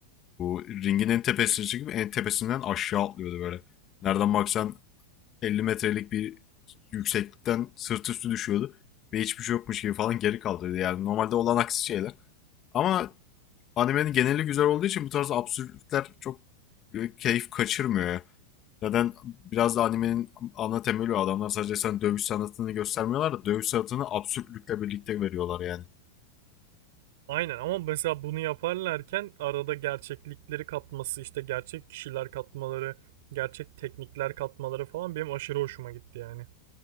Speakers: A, on the left; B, on the right.
A: Bu ringin en tepesine çıkıp en tepesinden aşağı atlıyordu böyle. Nereden baksan 50 metrelik bir yükseklikten sırt üstü düşüyordu. Ve hiçbir şey yokmuş gibi falan geri kaldırıyordu. Yani normalde olan aksi şeyler. Ama Animenin geneli güzel olduğu için bu tarz absürtlükler çok e, keyif kaçırmıyor ya. Zaten biraz da animenin ana temeli o. Adamlar sadece sen dövüş sanatını göstermiyorlar da dövüş sanatını absürtlükle birlikte veriyorlar yani.
B: Aynen ama mesela bunu yaparlarken arada gerçeklikleri katması işte gerçek kişiler katmaları gerçek teknikler katmaları falan benim aşırı hoşuma gitti yani.